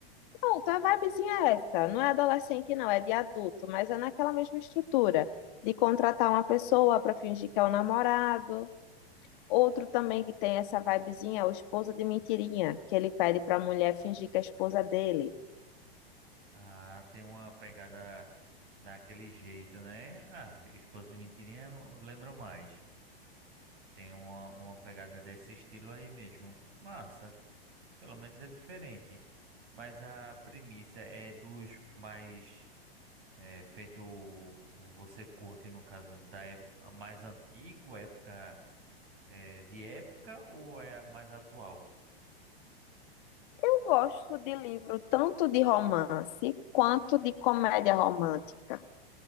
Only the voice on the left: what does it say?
Pronto, a vibezinha é essa. Não é adolescente, não, é de adulto, mas é naquela mesma estrutura de contratar uma pessoa para fingir que é o namorado, outro também que tem essa vibezinha, é o esposa de mentirinha, que ele pede para a mulher fingir que é a esposa dele.
Eu gosto de livro tanto de romance quanto de comédia romântica.